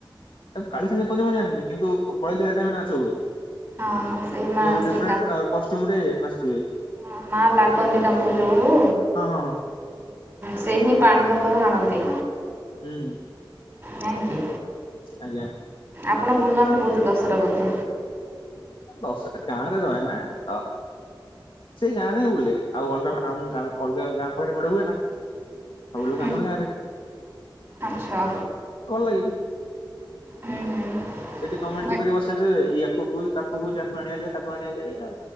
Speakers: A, on the left; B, on the right.
A: ତାକୁ କାଳିସି ଯୋଉ କହନ୍ତି ମୁଁ ଜାଣିନି କିନ୍ତୁ ବଳ ଦେ ଟାଇମରେ ନାଚ ହୁଏ।
B: ହଁ ହଁ ସେଇ ମା
A: ଇଏ ଗୋଟେ
B: ସେଇ
A: ଡିଫରେଣ୍ଟ ଅ କଷ୍ଟ୍ୟୁମ ରେ ନାଚିଥିବେ।
B: ହ ମା ଲାଗନ୍ତି ତାଙ୍କୁ ଯୋଉ
A: ହଁ ହଁ ହଁ
B: ସେ ହିଁ ପାଣି କଖାରୁ ହାଣନ୍ତି।
A: ହୁଁ।
B: ନାଇଁ କି।
A: ଆଜ୍ଞା।
B: ଆପଣ ବୁଲନ୍ତି ବହୁତ ଦଶହରା ବୋଧେ।
A: ଦଶଟା ଗାଁ ରେ ରହେ ନା ତ ସେଇ ଗାଁ ରେ ବୁଲେ ଆଉ ଅଲଗା ଆଉଁ ଅଲଗା ଗାଁ ପାଖରେ ମେଡା ହୁଏ ନା। ସବୁ ଲୋକ
B: ହୁଁ
A: ଆମର
B: ହୁଁ,
A: ଗାଁ ରେ।
B: ଆଚ୍ଛା।
A: ଉଲ୍ ଲଗିବି।
B: ହୁଁ ହୁଁ।
A: ସେଠି କେମେଣ୍ଟରି
B: ବା-
A: କରି ବସେଇଦେବେ ୟାକୁ ବୁଝ ତାକୁୁ ବୁଝ ଆକୁ ଆଣିଆ ଯା ତାକୁ ଆଣିୟା ଯା ଏଇୟା।